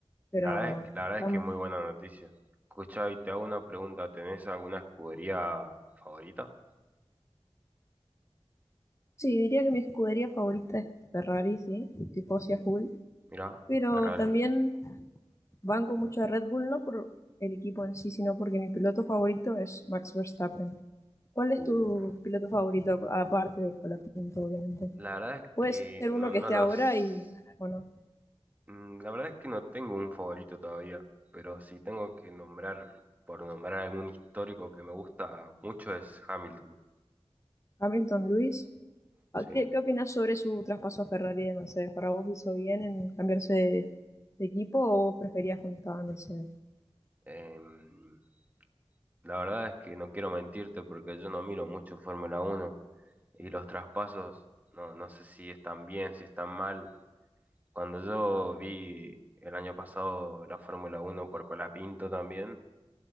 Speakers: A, on the left; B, on the right.
A: pero
B: La verdad es, que- la verdad
A: estamos.
B: es que muy buena noticia. Escuchá, y te hago una pregunta. ¿Tenés alguna escudería favorita?
A: Sí, diría que mi escudería favorita es Ferrari, sí, tifosi a full.
B: Mirá,
A: pero
B: Ferrari.
A: también banco mucho a Red Bull, no por el equipo en sí, sino porque mi piloto favorito es Max Verstappen. ¿Cuál es
B: Uh.
A: tu piloto favorito, aparte de Colapinto, obviamente?
B: La verdad es
A: Puede
B: que
A: ser
B: no,
A: uno que
B: no
A: esté
B: los...
A: ahora y, bueno,
B: mm, La verdad es que no tengo un favorito todavía, pero si tengo que nombrar, por nombrar algún histórico que me gusta mucho es Hamilton,
A: Hamilton Lewis
B: ¿sí?
A: ¿Qué, qué opinas sobre su traspaso a Ferrari de Mercedes? ¿Para vos hizo bien en cambiarse de, de equipo o preferías cuando estaba en Mercedes?
B: Em, la verdad es que no quiero mentirte porque yo no miro mucho Fórmula uno y los traspasos, no, no sé si están bien, si están mal. Cuando yo vi el año pasado la Fórmula uno por Colapinto también,